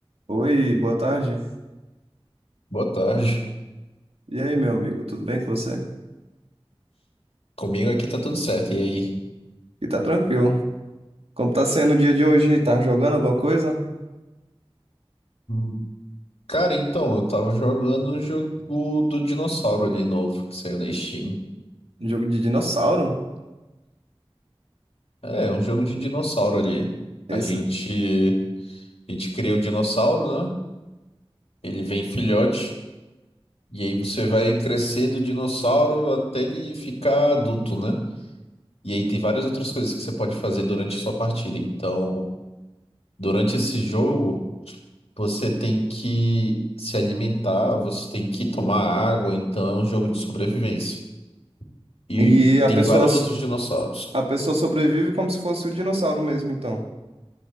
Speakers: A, on the right; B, on the left.
A: Oi, boa tarde.
B: Boa tarde.
A: E aí, meu amigo, tudo bem com você?
B: Comigo aqui tá tudo certo. E aí?
A: E tá tranquilo. Como tá sendo o dia de hoje? Tá jogando alguma coisa?
B: Hum. Cara, então, eu tava jogando um jogo do dinossauro ali novo, que saiu na Steam.
A: Jogo de dinossauro?
B: É, um jogo de dinossauro ali.
A: Esse...
B: A gente, a gente cria o dinossauro, né? Ele vem filhote. E aí você vai crescendo o dinossauro até ele ficar adulto, né? E aí tem várias outras coisas que você pode fazer durante a sua partida. Então, durante esse jogo. Você tem que se alimentar, você tem que tomar água, então é um jogo de sobrevivência. E
A: E a
B: tem
A: pessoa,
B: vários outros dinossauros.
A: a pessoa sobrevive como se fosse o dinossauro mesmo, então.